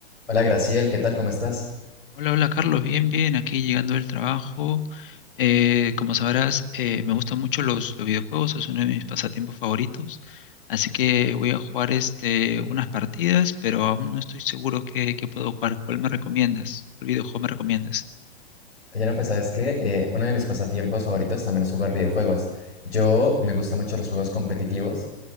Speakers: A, on the left; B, on the left.
A: Hola Graciel, ¿qué tal? ¿Cómo estás?
B: Hola, hola Carlos, bien, bien, aquí llegando del trabajo. Eh, como sabrás, eh, me gustan mucho los, los videojuegos, es uno de mis pasatiempos favoritos, así que voy a jugar este, unas partidas, pero aún no estoy seguro qué, qué puedo jugar. ¿Cuál me recomiendas? ¿Cuál videojuego me recomiendas?
A: Oye, no, pues sabes que uno de mis pasatiempos favoritos también es jugar videojuegos. Yo me gustan mucho los juegos competitivos